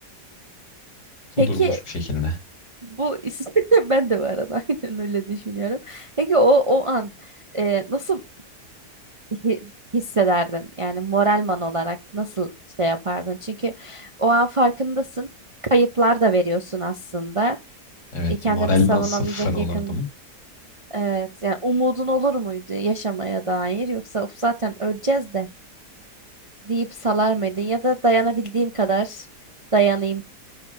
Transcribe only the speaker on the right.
Peki
bu <laughs> ben de bu arada <laughs> aynen öyle düşünüyorum. Peki o o an e, nasıl hi- hissederdin? Yani moralman olarak nasıl şey yapardın? Çünkü o an farkındasın. Kayıplar da veriyorsun aslında.
E, kendini
savunamayacak
yakın. Evet, yani umudun olur muydu yaşamaya dair yoksa "Of, zaten öleceğiz de deyip salar mıydın ya da dayanabildiğim kadar dayanayım